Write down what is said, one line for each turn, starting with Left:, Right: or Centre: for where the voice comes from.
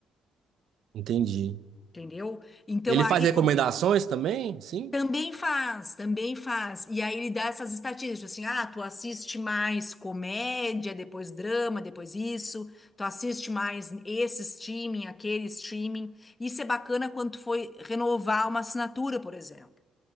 Right: Entendi.
Left: entendeu? Então
Right: Ele
Left: aí
Right: faz recomendações
Left: por-
Right: também? Sim?
Left: também faz, também faz. E aí ele dá essas estatísticas, assim, ah, tu assiste mais comédia, depois drama, depois isso. Tu assiste mais esse streaming, aquele streaming. Isso é bacana quando tu foi renovar uma assinatura, por exemplo.